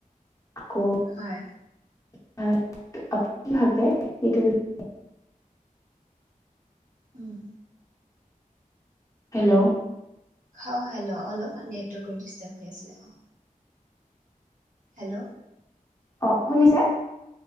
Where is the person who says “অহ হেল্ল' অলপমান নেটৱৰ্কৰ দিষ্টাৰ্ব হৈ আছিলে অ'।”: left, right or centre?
Right